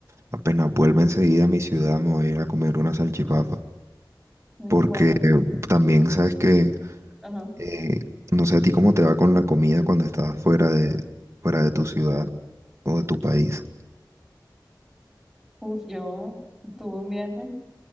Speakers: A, on the right; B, in the centre.
A: apenas vuelva enseguida a mi ciudad, me voy a ir a comer una salchipapa.
B: Mm,
A: Porque
B: Bueno,
A: eh, también sabes que,
B: ajá.
A: eh, no sé a ti cómo te va con la comida cuando estás fuera de, fuera de tu ciudad o de tu país.
B: Uf, yo tuve un viaje